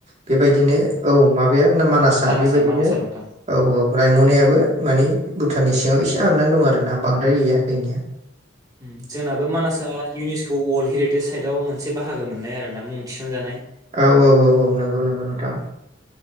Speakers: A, on the right (about 35°); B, on the right (about 20°).
A: बेबायदिनो औ माबाया ना मानासा
B: मानासआ
A: बेबायदिनो
B: मानासआ नोंथां
A: औ औ रायम'नायाबो माने भुटाननि सिङाव इसे ए हाबनानै दं
B: औ
A: आरो ना बांद्राय गैया। बेनिया
B: उम जोंनाबो मानासआ इउनिस्क' वर्ल्ड हेरिटेज साइटआव मोनसे बाहागो मोननाय आरो ना मुं थिसनजानाय।
A: औ औ औ औ नंगौ नंगौ नोंथां।